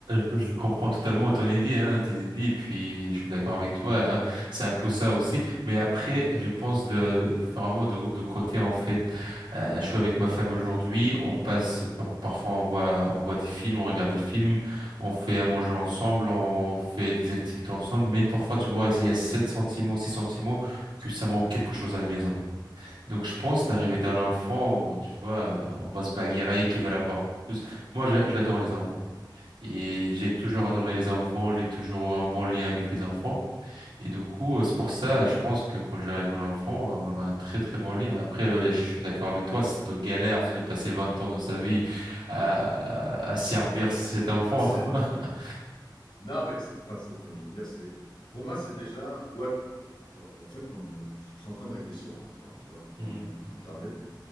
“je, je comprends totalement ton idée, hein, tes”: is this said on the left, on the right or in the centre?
Right